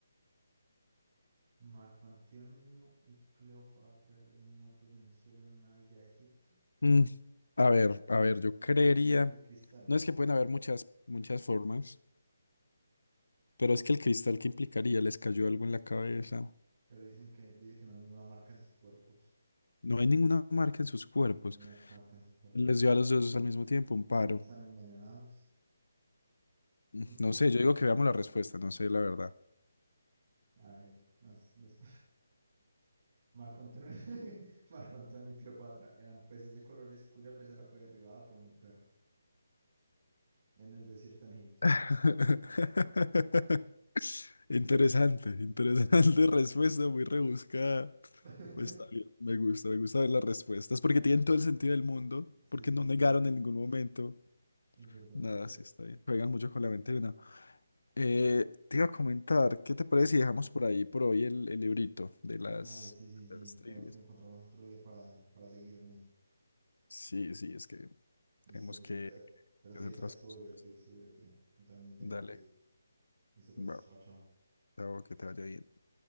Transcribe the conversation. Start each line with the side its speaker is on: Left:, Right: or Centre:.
Right: Marco Antonio y Cleopatra yacen muertos en el suelo en una villa de Egipto.
Left: Mm, a ver, a ver, yo creería.
Right: Ellos hay cristales,
Left: No es que pueden haber muchas, muchas formas, pero es que el cristal que implicaría les cayó algo en la cabeza.
Right: pero dicen que, dice que no hay ninguna marca en sus cuerpos.
Left: No hay ninguna marca en sus cuerpos.
Right: No hay ninguna marca en sus cuerpos.
Left: Les dio a los dos al mismo tiempo un paro.
Right: Y no están envenenados.
Left: Mm,
Right: Hmm,
Left: No sé, yo digo que veamos la respuesta, no sé la verdad.
Right: A ver, las- los Marco Antonio, <laughs> Marco Antonio y Cleopatra eran peces de colores cuya pecera fue derribada por un perro en el desierto en Egipto.
Left: <laughs> Interesante, interesante
Right: Entiendo.
Left: <laughs> respuesta, muy rebuscada.
Right: <laughs>
Left: Pues está bien, me gusta, me gusta ver las respuestas porque tienen todo el sentido del mundo,
Right: Sí,
Left: porque
Right: sí,
Left: no negaron
Right: sí.
Left: en ningún momento.
Right: Es verdad,
Left: Nada,
Right: es verdad.
Left: sí está bien. Juegan mucho con la mente de una. Eh, te iba a comentar, ¿qué te parece si dejamos por ahí por hoy el, el librito de
Right: Dale,
Left: las,
Right: sí, sí, sí.
Left: de las trivias?
Right: Tenemos que encontrarnos otro día para, para seguir, hombre.
Left: Sí, sí, es que
Right: Listo.
Left: tenemos
Right: hombre,
Left: que
Right: pe- Pero
Left: hacer
Right: sí, está-
Left: otras
Right: estuvo
Left: cositas.
Right: divertido, estuvo divertido. Yo también tengo
Left: Dale,
Right: que ir. Listo, pues.
Left: va,
Right: Chao, chao.
Left: chao, que te vaya bien.